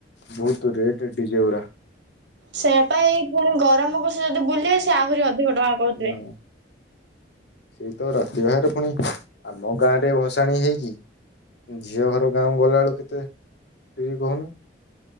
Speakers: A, on the left; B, on the right.
A: ବହୁତୁ ରେଟ ଡି ଜେ ଗୁରା।
B: ସେୟା ପା ଏଇ ପୁଣି ଗରମ କୁ ଯଦି ବୁଲିବେ ସେ ଆହୁରି ଅଧିକ ଟଙ୍କା କହୁଥିବେ।
A: ହୁଁ ସେଇ ତ ରାତି ବାବାଘର ପୁଣି ଆମ ଗାଁ ରେ ଭସାଣି ହେଇକି ଝିଅ ଘର ଗାଁ ଗଲା ବେଳୁ କେତେ ଠି କହୁନୁ।